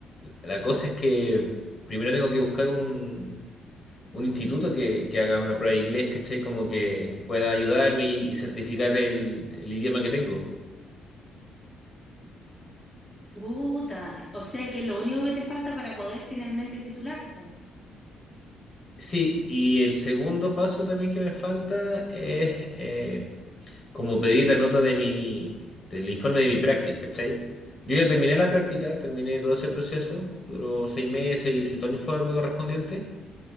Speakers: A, on the left; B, on the left.
A: La cosa es que primero tengo que buscar un un instituto que, que haga una prueba de inglés, ¿cachai? Como que pueda ayudarme y, y certificar el, el idioma que tengo.
B: chuta, o sea que lo único que te falta para poder finalmente titularte.
A: Sí, y el segundo paso también que me falta es eh, como pedir la nota de mi, del informe de mi práctica, ¿cachai? Yo ya terminé la práctica, terminé todo ese proceso, duró seis meses, hice todo el informe correspondiente.